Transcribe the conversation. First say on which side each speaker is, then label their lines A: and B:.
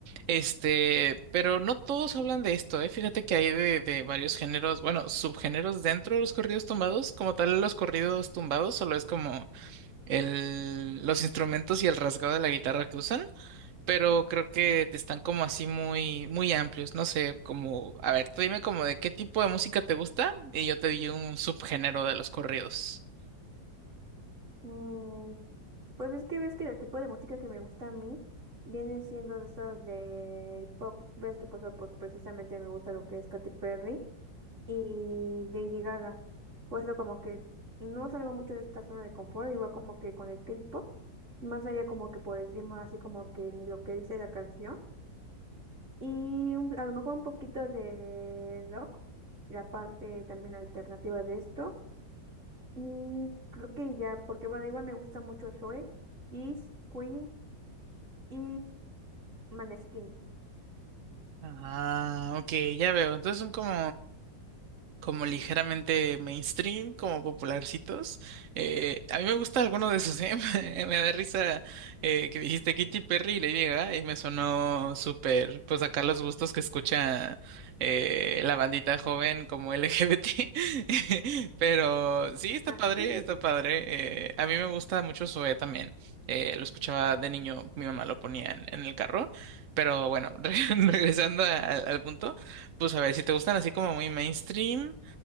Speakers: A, on the right; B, on the right.
A: Este, pero no todos hablan de esto, ¿eh? Fíjate que hay de, de varios géneros, bueno, subgéneros dentro de los corridos tumbados, como tal los corridos tumbados, solo es como el, los instrumentos y el rasgado de la guitarra que usan, pero creo que están como así muy, muy amplios. No sé, como, a ver, tú dime como de qué tipo de música te gusta y yo te di un subgénero de los corridos.
B: Mm, pues es que ves que el tipo de música que me gusta a mí viene siendo de esos de pop. Ves que pues, pues precisamente me gusta lo que es Katy Perry y Lady Gaga. Pues lo como que no salgo mucho de esta zona de confort, igual como que con el K-pop, más allá como que por encima así como que lo que dice la canción y un- a lo mejor un poquito de rock, la parte también alternativa de esto. Y creo que ya, porque bueno, igual me gusta mucho Zoe, Kiss, Queen y Maneskin.
A: Ah, ok, ya veo. Entonces son como como ligeramente mainstream, como popularcitos. Eh, a mí me gusta alguno de esos. ¿eh? <laughs> Me, da risa eh, que dijiste Kitty Perry y Lady Gaga y me sonó súper, pues acá los gustos que escucha eh, la bandita joven como LGBT. <laughs> Pero sí, está
B: Ah,
A: padre,
B: ujú.
A: está padre. Eh, a mí me gusta mucho Zoé también. Eh, lo escuchaba de niño, mi mamá lo ponía en, en el carro. Pero bueno, <laughs> regresando a- al al punto, pues a ver, si te gustan así como muy mainstream.